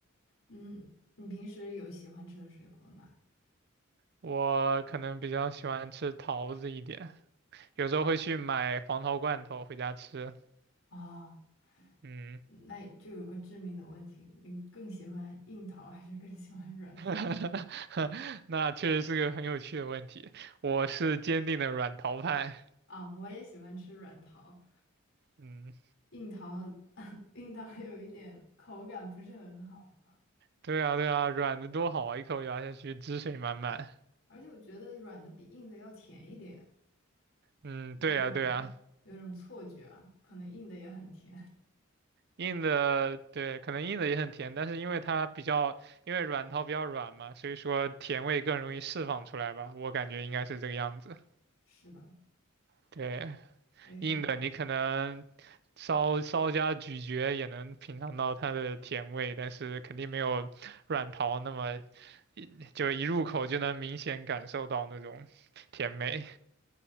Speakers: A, on the left; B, on the right.
A: 嗯，你平时有喜欢吃的水果吗？
B: 我可能比较喜欢吃桃子一点，有时候会去买黄桃罐头回家吃。
A: 啊。
B: 嗯，
A: 那就有个致命的问题，你更喜欢硬桃还是更喜欢软桃
B: <laughs> 那确实是个很有趣的问题，我是坚定的软桃派。
A: 啊？我也喜欢吃软桃，
B: 嗯。
A: 硬桃 <laughs> 硬桃有一点口感不是很好，
B: 对啊，对啊，软的多好啊，一口咬下去，汁水满满。
A: 而且我觉得软的比硬的要甜一点，
B: 嗯，对啊，
A: 有种有种错觉啊，
B: 对啊，
A: 可能硬的也很甜。
B: 硬的，对，可能硬的也很甜，但是因为它比较，因为软陶比较软嘛，所以说甜味更容易释放出来吧，我感觉应该是这个样子。
A: <laughs> 是的，
B: 对，
A: 我也是软桃。
B: 硬的你可能稍稍加咀嚼也能品尝到它的甜味，但是肯定没有软陶那么一就一入口就能明显感受到那种甜美。